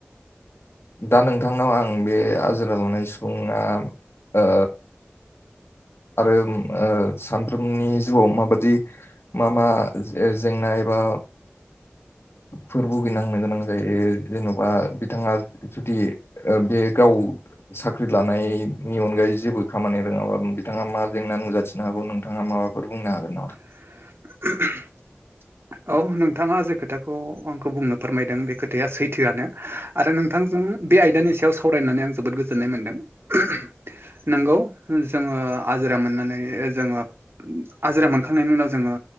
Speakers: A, on the left; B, on the right.
A: दा नोंथांनाव आं बे आजिरा लानाय सुबुङा ओ आरो सानफ्रोमबोनि जिउआव माबादि मा मा जेंना एबा फोर भुगिनांनो गोनां जायो जेन'बा बिथाङा जुदि बे गाव साख्रि लानायनि अनगायै जेबो खामानि रोङाबा बिथाङा मा जेंना नुजाथिनो हागौ नोंथाङा माबा बुंनो हागोन ना
B: <inaudible> औ नोंथाङा जे खोथाखौ आंखौ बुंनो फोरमायदों बे खोथाया सैथोआनो आरो नोंथांजों बे आयदानि सायाव सावरायनानै आं जोबोद गोजोननाय मोनदों नोंगौ जोङो आजिरा मोननानै जोङो आजिरा मोनखांनायनि उनाव जोङो